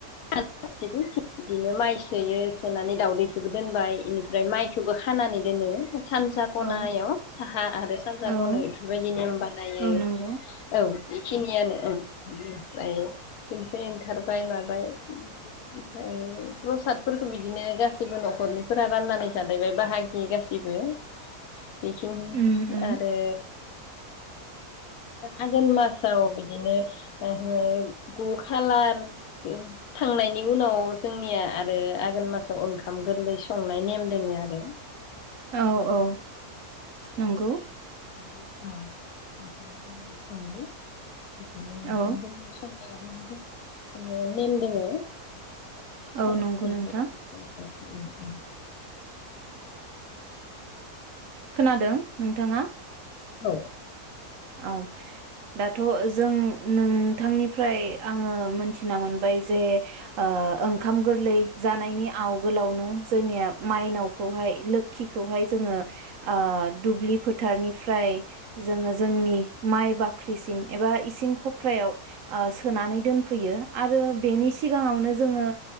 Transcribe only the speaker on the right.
औ
औ
औ नंगौ ओ
उम उम
औ औ नंगौ
औ
औ
नंगौ नोंथां
खोनादों नोंथाङा
आफ दाथ' जों नोंथांनिफ्राय आङो मोनथिना मोनबाय जे। ओ ओंखाम गोरलै। जानायनि आवगोलावनो। जोंनिया माइनावखौहाय लोखिखौहाय जोङो ओ दुब्लिफो फोथारनिफ्राय। जोङो। जोंनि माइ बाख ख्रिसिम एबा इसिं खफ्रायाव। ओ सोनानै दोनफैयो आरो बेनि सिगाङावनो जो जोङो